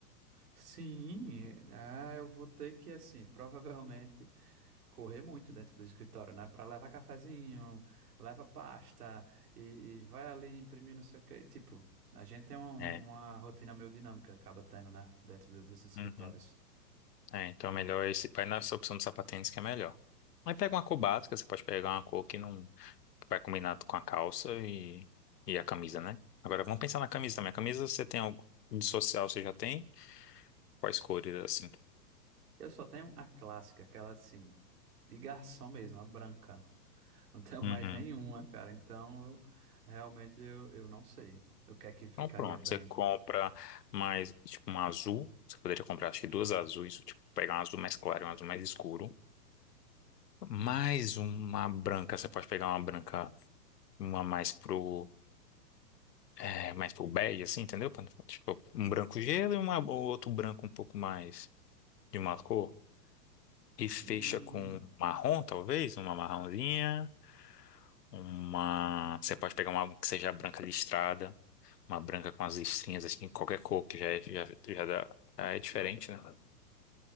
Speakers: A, on the right; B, on the left.
A: Sim, é, eu vou ter que, assim, <laughs> provavelmente. correr muito dentro do escritório, né? Para levar cafezinho, leva pasta e, e vai ali imprimir não sei o quê. Tipo, a gente tem uma, uma
B: É.
A: rotina meio dinâmica, acaba tendo, né? Dentro do- dos escritórios.
B: Uhum. É, então é melhor esse, vai nessa opção do sapatênis que é melhor. Aí pega uma cor básica, você pode pegar uma cor que não que vai combinar com a calça e, e a camisa, né? Agora vamos pensar na camisa também. A camisa você tem algo de social, você já tem? Quais cores assim?
A: Eu só tenho a clássica, aquela assim, de garçom mesmo, a branca. Não tenho
B: Uhum.
A: mais nenhuma, cara. Então, eu- realmente eu, eu não sei o que é que ficaria
B: Então pronto,
A: bem.
B: você compra mais tipo um azul. Você poderia comprar acho que duas azuis, tipo, pegar um azul mais claro e um azul mais escuro. Mais uma branca, você pode pegar uma branca, uma mais pro, é, mais pro bege, assim, entendeu? Pra não ficar, Tipo, um branco gelo e uma, ou outro branco um pouco mais de uma cor. E fecha
A: Hum,
B: com marrom, talvez, uma marronzinha, uma... Você pode pegar uma que seja branca listrada, uma branca com as listrinhas, assim, qualquer cor, que já é, já, já dá... já é diferente, né?